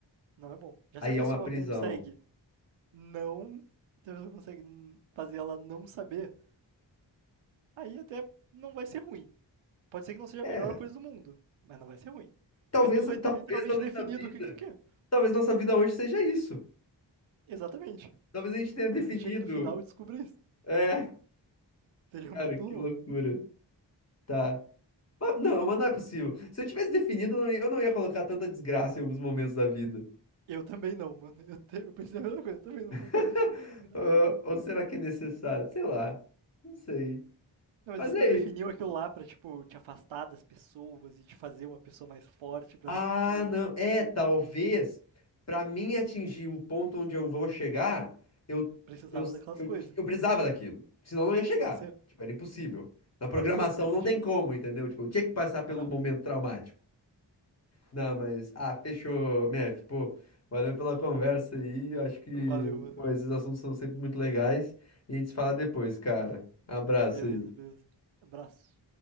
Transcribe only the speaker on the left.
Aí
é uma prisão.
É,
talvez,
talvez
a nossa
vida,
talvez nossa vida hoje seja isso.
Talvez a gente tenha
definido,
é...
Cara,
que
loucura. Tá. Mas- Não, mas não é possível. Se eu tivesse definido, eu não ia eu não ia colocar tanta desgraça em alguns momentos da vida.
<laughs>
Ah,
Ou será que é necessário? Sei lá. Não sei.
Mas
é
isso.
Ah,
não.
É, talvez pra mim atingir o ponto onde eu vou chegar, eu,
eu,
eu,
eu precisava daquilo. Senão eu não ia chegar.
Tipo, era impossível. Na programação
não tem
como,
entendeu? Tipo, eu tinha que passar pelo
momento traumático. Não, mas. Ah, fechou, Mef. Pô, valeu pela conversa aí. Eu acho que,
pô, esses assuntos são sempre muito legais. E a gente se fala depois, cara. Abraço
aí.